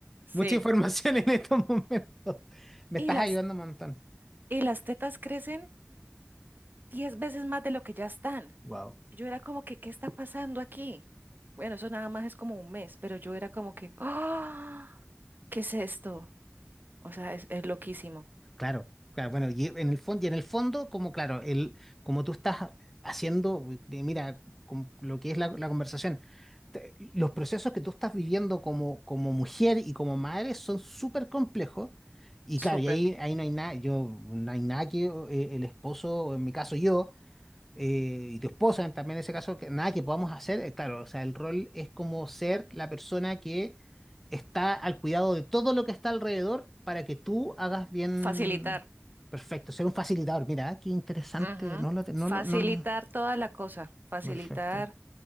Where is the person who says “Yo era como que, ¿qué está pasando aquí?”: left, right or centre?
Right